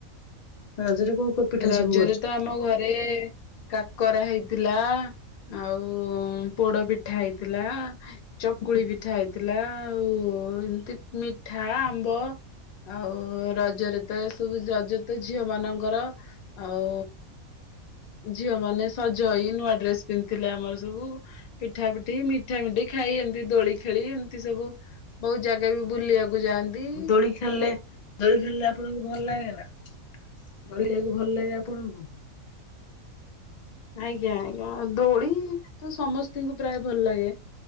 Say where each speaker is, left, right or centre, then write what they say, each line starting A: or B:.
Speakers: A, on the left; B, on the left.
A: ରଜରେ କୋଉ କୋଉ ପିଠା
B: ରଜରେ
A: ସବୁ କରିଛନ୍ତି?
B: ତ ଆମ ଘରେ କାକରା ହେଇଥିଲା ଆଉ ପୋଡ ପିଠା ହେଇଥିଲା। ଚକୁଳି ପିଠା ହେଇଥିଲା ଆଉ ଏମିତି ମିଠା ଆମ୍ବ। ଆଉ ରଜରେ ତ ଏ ସବୁ ରଜ ତ ଝିଅ ମାନଙ୍କର ଆଉ ଝିଅ ମାନେ ସଜ ହେଇ ନୂଆ ଡ୍ରେସ୍ ପିନ୍ଧିଥିଲେ ଆମର ସବୁ। ପିଠା ପିଠି ମିଠା ମିଠି ଖାଇ ଏମିତି ଦୋଳି ଖେଳି ଏମିତି ସବୁ ବହୁତ ଜାଗା ବି ବୁଲିବାକୁ ଯାଆନ୍ତି।
A: ଦୋଳି ଖେଳିଲେ ଦୋଳି ଖେଳିଲେ ଆପଣଙ୍କୁ ଭଲ ଲାଗେ ନା ଦୋଳି ଖେଳିଲେ ଭଲ ଲାଗେ ଆପଣଙ୍କୁ।
B: ଆଜ୍ଞା ଆଜ୍ଞା ଦୋଳି ତ ସମସ୍ତଙ୍କୁ ପ୍ରାୟ ଭଲ ଲାଗେ।